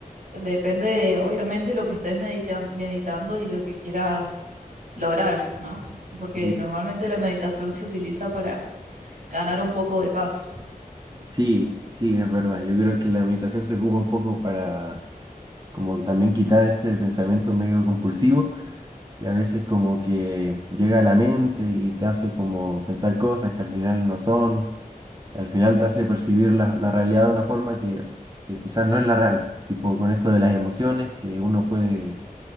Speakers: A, on the right (about 60°); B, on the right (about 30°).
A: Depende de, obviamente, lo que estés medita- meditando y lo que quieras lograr, ¿no? Porque
B: sí,
A: normalmente la meditación se utiliza para ganar un poco de paz.
B: sí, sí, es verdad. Yo creo que la meditación se ocupa un poco para como también quitar ese pensamiento medio compulsivo, que a veces como que llega a la mente y te hace como pensar cosas que al final no son. al final te hace percibir la, la realidad de una forma que, que quizás no es la real, tipo con esto de las emociones, que uno puede